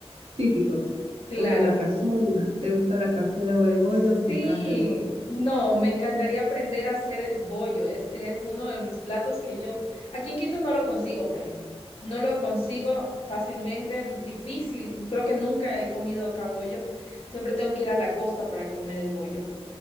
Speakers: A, on the right (about 70°); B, on the left (about 65°).
A: típicos,
B: claro.
A: como la cazuela. ¿Te gusta la cazuela o el bollo?
B: Sí,
A: Me encanta el bollo.
B: no, me encantaría aprender a hacer el bollo. Es, es uno de mis platos que yo, aquí en Quito no lo consigo, por ejemplo. No lo consigo fácilmente, n- difícil. Creo que nunca he comido acá bollo. Siempre tengo que ir a la costa para comer el bollo.